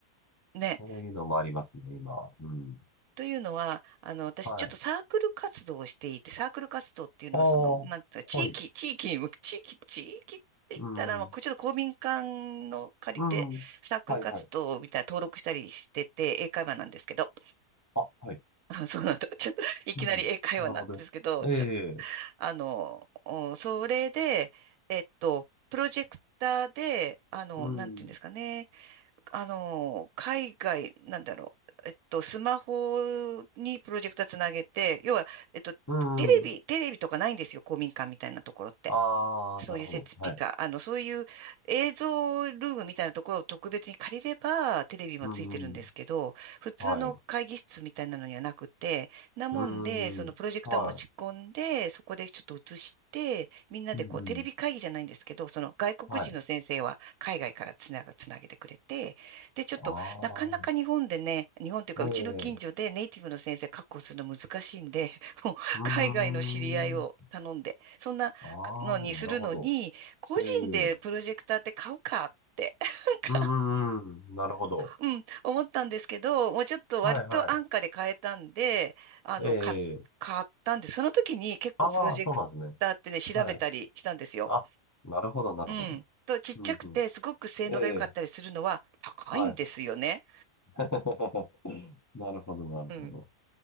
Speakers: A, on the right (about 65°); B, on the left (about 20°).
A: ね。
B: そういうのもありますね、今。うん。
A: というのは、あの、私ちょっとサークル活動をしていて、
B: はい。
A: サークル活動っていうのは、
B: ああ、
A: その、なんていうか、地域、
B: はい。
A: 地域に向く、地域、地域って言ったら、
B: うん。
A: まあ、こうちょっと公民館の借りて、
B: うん。
A: サークル活動みたいな登録したりしてて、
B: はいはい。
A: 英会話なんですけど、
B: あ、はい。
A: あそうなんだ。ちょっと、いきなり英会話なんですけど、
B: うん。なるほど。え
A: ち
B: え。
A: あの、おそれで、えっと、プロジェクターで、あの、
B: うん。
A: なんていうんですかね、あの、海外、なんだろう、えっと、スマホにプロジェクターつなげて、要は、えっと、
B: うん。
A: テレビ、テレビとかないんですよ、公民館みたいなところって。
B: ああ、
A: そういう設備か、
B: なるほど。はい。
A: あの、そういう映像ルームみたいなところを特別に借りれば、テレビもついてるんですけど、
B: うん。
A: 普通の会議室みたいなのにはなくて、
B: はい。
A: なもんで、
B: うん。
A: そのプロジェクター持ち込んで、
B: はい。
A: そこでちょっと映して、みんなでこう、
B: うんうん。
A: テレビ会議じゃないんですけど、その外国人の先生は海外からつなが、
B: はい。
A: つなげてくれて、で、ちょっと、
B: ああ、
A: なかなか日本でね、日本というか、
B: ええ。
A: うちの近所でネイティブの先生確保するの難しいんで、もう、
B: うーん。
A: 海外の知り合いを頼んで、そんな、
B: ああ、
A: のにするのに、
B: なるほど。
A: 個人でプロジェクターって買うかって、
B: ええ。
A: <laughs> なんか、
B: うんうんうん。なるほど。
A: うん、思ったんですけど、もうちょっと割と安価で買えたんで、
B: はいは
A: あの、
B: い。え
A: 買、
B: え。
A: 買ったんで、その時に結構プロジェクターってね、
B: ああ、そうなんですね。
A: 調べたりしたんですよ。
B: はい。あ、なるほど、なるほど。
A: うん。と、ちっちゃくて、
B: うんうん。
A: すごく性能が良かったりするのは高いんですよね。
B: ええ、はい。<laughs> なるほど、なるほど。
A: うん。